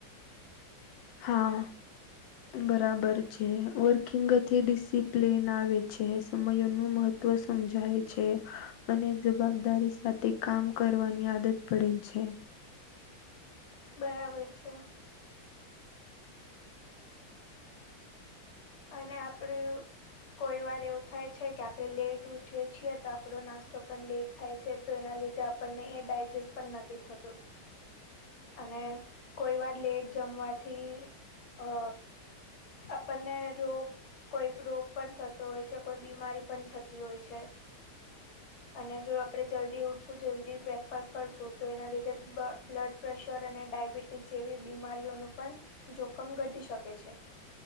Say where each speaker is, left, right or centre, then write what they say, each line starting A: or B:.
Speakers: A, on the left; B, on the left.
A: હા બરાબર છે વર્કિંગથી ડિસિપ્લન આવે છે સમય નો મહત્વ તવ સમજાય છે અને જવાબદારી સાથે કામ કરવાની આદત પડે છે
B: બરાબર છે અને આપડે કોઈ વાર એવું થાય છે કે આપણે લેટ ઉઠીએ છીએ તો આપણો નાસ્તો પણ લેટ થાય છે તો એના લીધે આપણને એ ડાયજેસ્ટ પણ નથી થતું અને કોઈ વાર લેટ જમવાથી અ આપને રોગ કોઈ રોગ પણ થતો હોય છે કોઈ બીમારી પણ થતી હોય છે અને જો આપણે જલ્દી ઉઠશું જલ્દી બ્રેકફાસ્ટ કરશું તો એના લીધે બ્લડ પ્રેશર અને ડાાયબિટીસ જેવી બીમારીઓનું પણ જોખમ ઘટી શકે છે